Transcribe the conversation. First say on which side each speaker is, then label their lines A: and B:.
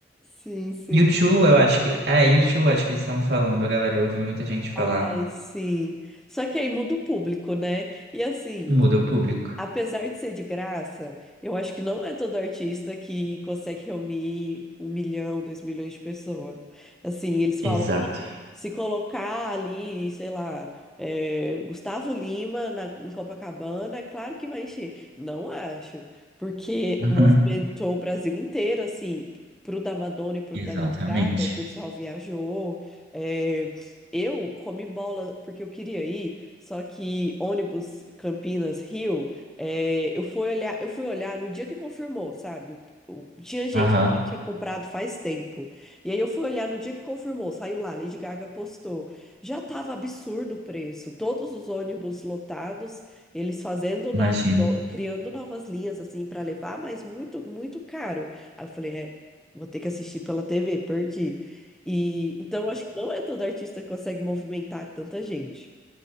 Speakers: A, in the centre; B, on the right (about 75°).
A: Sim, sim.
B: YouTube, eu acho que. É, YouTube, acho que eles estão falando, galera. Eu ouvi muita gente falar.
A: Ai, sim. Só que aí muda o público, né? E assim,
B: Muda o público.
A: apesar de ser de graça, eu acho que não é todo artista que consegue reunir um milhão, dois milhões de pessoas. Assim, eles falam.
B: Exato.
A: Se colocar ali, sei lá, é, Gustavo Lima na, em Copacabana, é claro que vai encher. Não acho, porque
B: Uhum.
A: movimentou o Brasil inteiro, assim, pro da Madonna e pro da
B: Exatamente.
A: Lady Gaga, o pessoal viajou. é, eu comi bola porque eu queria ir, só que ônibus Campinas, Rio, é, eu fui olhar, eu fui olhar no dia que confirmou, sabe? O- o- Tinha gente
B: Aham,
A: que já tinha comprado faz tempo. E aí eu fui olhar no dia que confirmou, saiu lá, Lady Gaga postou. Já tava absurdo o preço, todos os ônibus lotados, eles fazendo novos,
B: imagino.
A: no- criando novas linhas assim para levar, mas muito, muito caro. Aí eu falei, é, vou ter que assistir pela TV, perdi. E então acho que não é todo artista que consegue movimentar tanta gente,